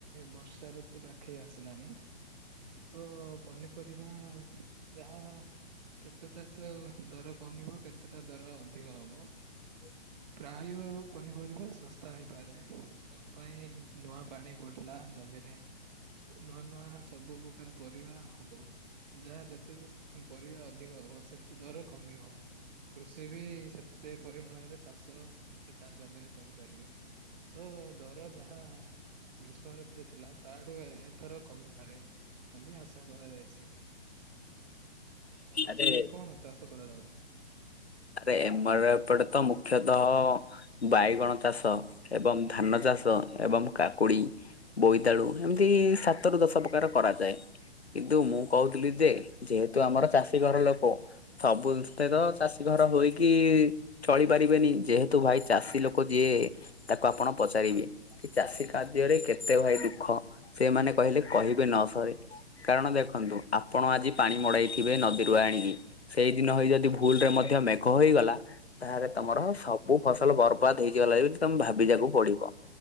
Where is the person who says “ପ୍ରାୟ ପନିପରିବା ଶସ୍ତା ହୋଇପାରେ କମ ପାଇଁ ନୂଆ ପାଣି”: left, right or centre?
Right